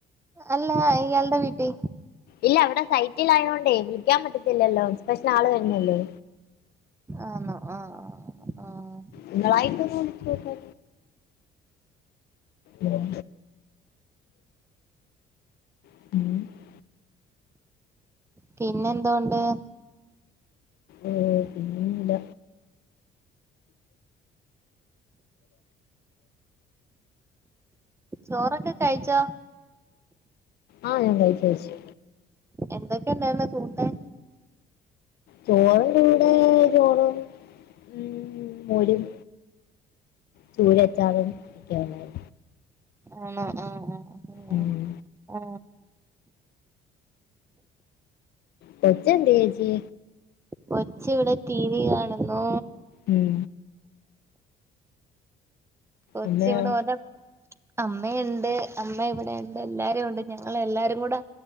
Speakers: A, on the right; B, on the left.
A: അല്ല ഞാ ഇ യാൾടെ വീ ട്ടി
B: ഇല്ല അവിടെ സൈറ്റിൽ ആയോണ്ടേ വിളിക്കാൻ പറ്റത്തില്ലല്ലോ സെപഷ്യൻ ആള് വരൂ ന്നെയല്ലേ
A: ആണോ ആഹ് ആഹ് ആഹ്
B: നിങ്ങളായിട്ടൊന്ന് വിളിച്ചോ ക്ക് ഉം <inaudible>
A: പിന്നെ എന്തോണ്ട്?
B: ഓ പിന്നെ ല്ല.
A: ചോറൊക്കെ കയ് ച്ചോ?
B: ആ ഞാൻകയ് ച്ചു കയ് ച്ചു.
A: എന്തൊക്കെ ഉണ്ടായിരുന്നുകൂട്ടാൻ?
B: ചോറിന്റെ കൂടെ ചോറും ഉം മോരും ചൂര അച്ചാറും <unintelligible>
A: ആണോ ആ ആ പിന്നെ
B: ഉം.
A: ആ
B: കൊച്ച് എന്തിയേ ചേച്ചി
A: കൊച്ച് ഇവിടെ ടി വി കാണുന്നു
B: ഉം
A: കൊച്ചിവിടെ
B: അമ്മയോ
A: ഓ അമ്മയുണ്ട് അമ്മ ഇവിടെ ഉണ്ട് എല്ലാരും ഉണ്ട് ഞങ്ങള് എല്ലാരും കൂട